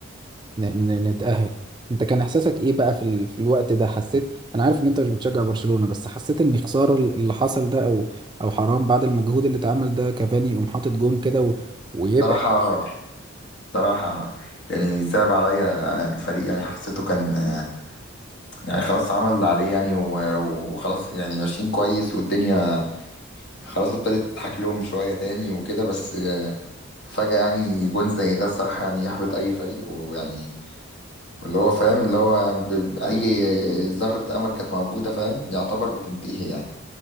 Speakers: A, on the right; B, on the left.
A: ن- ن- نتأهل انت كان احساسك ايه بقى في, ال... في الوقت ده حسيت انا عارف ان انت مش بتشجع برشلونة بس حسيت ان خسارة اللي حصل ده او او حرام بعد المجهود اللي اتعمل ده كافاني يقوم حاطط جون كده و... ويبعد
B: صراحة صراحة يعني صعب عليا الفريق يعني حسيته كان آه، يعني خلاص عمل اللي عليه يعني و- وخلاص يعني ماشيين كويس والدنيا خلاص ابتدت تضحك لهم شوية تاني وكده بس آه، فجأة يعني جون زي ده الصراحة يعني يحبط أي فريق ويعني واللي هو فاهم اللي هو ب- أي ذرة أمل كانت موجودة فاهم يعتبر بتنتهي يعني